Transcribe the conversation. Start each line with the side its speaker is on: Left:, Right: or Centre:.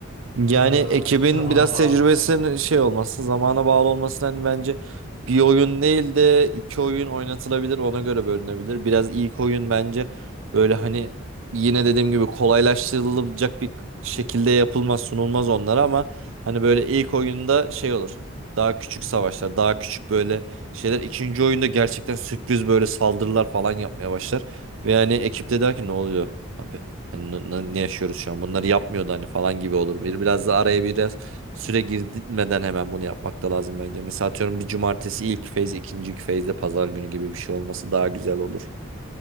Right: Yani
Left: ee,
Right: ekibin
Left: zamana
Right: biraz
Left: bağlı
Right: tecrübesinin
Left: olması?
Right: şey olması, zamana bağlı olması hani bence bir oyun değil de iki oyun oynatılabilir, ona göre bölünebilir. Biraz ilk oyun bence böyle hani yine dediğim gibi kolaylaştırılacak bir şekilde yapılmaz, sunulmaz onlara ama hani böyle ilk oyunda şey olur. Daha küçük savaşlar, daha küçük böyle şeyler. İkinci oyunda gerçekten sürpriz böyle saldırılar falan yapmaya başlar. Ve yani ekipte der ki ne oluyor? Abi Hani n- n- ne yaşıyoruz şu an? Bunları yapmıyordu hani falan gibi olur. Bir biraz da araya biraz süre girmeden hemen bunu yapmak da lazım bence. Mesela atıyorum bir cumartesi ilk feyz, ikinci feyzde pazar günü gibi bir şey olması daha güzel olur.